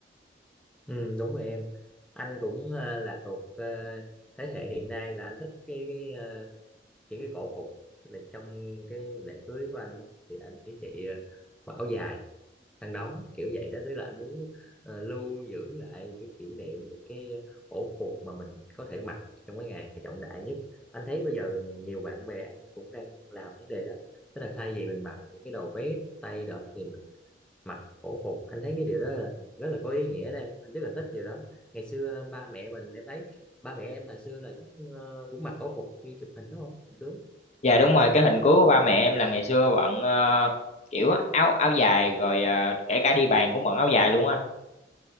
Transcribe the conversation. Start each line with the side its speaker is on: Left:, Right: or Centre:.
Centre: ừ, đúng rồi em anh cũng ờ, là thuộc ờ, thế hệ hiện nay là anh thích cái, cái ờ, những cái cổ phục tức là trong cái lễ cưới của anh đó, thì anh với chị ờ, mặc áo dài khăn đóng kiểu vậy đó tức là anh muốn ờ, lưu giữ lại những cái kỷ niệm những cái cổ phục mà mình có thể mặc trong cái ngày trọng đại nhất anh thấy bây giờ nhiều bạn bè anh cũng đang làm vấn đề đó tức là thay vì mình mặc những cái đồ vest tay đó thì mình mặc cổ phục anh thấy cái điều đó là rất là có ý nghĩa đây anh rất là thích điều đó ngày xưa ba mẹ mình em thấy ba mẹ em hồi xưa là chắc ờ, cũng mặc cổ phục đi chụp hình đúng không hình cưới
Left: Dạ đúng rồi, cái hình cuối của ba mẹ em là ngày xưa bận ờ, kiểu áo áo dài rồi ờ, kể cả đi bàn cũng bận áo dài luôn á anh.